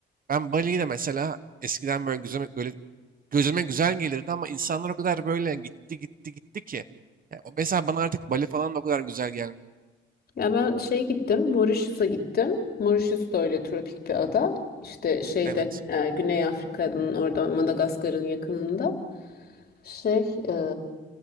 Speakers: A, on the right (about 45°); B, on the left (about 50°).
A: Ben Bali'yi de mesela eskiden böyle gözüme, böyle gözüme güzel gelirdi ama insanlar o kadar böyle gitti gitti gitti ki. Ya, o- mesela bana artık Bali falan da o kadar güzel gelmiyor.
B: Ya ben şey gittim, Mauritius'a gittim. Mauritius da öyle tropik bir ada. İşte şeyde
A: Evet.
B: e, Güney Afrika'nın orada Madagaskar'ın yakınında. Şey, eee,